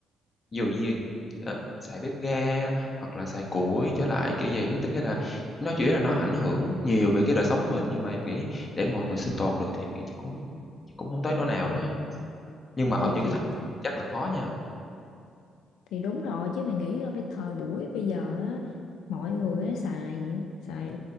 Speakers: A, on the left; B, on the left.
A: ví dụ như, ờ, xài bếp ga hoặc là xài củi trở lại, kiểu gì á. Tức nghĩa là nó chỉ là nó ảnh hưởng nhiều về cái đời sống của mình, nhưng mà em nghĩ để mọi người sinh tồn được thì em nghĩ chắc cũng chắc cũng không tới nỗi nào đó ha. Nhưng mà ở
B: thì
A: những
B: thì
A: cái thành phố chắc là khó nha.
B: thì đúng rồi chứ mày nghĩ ờ, bây thời buổi bây giờ á, mọi người á, xài xài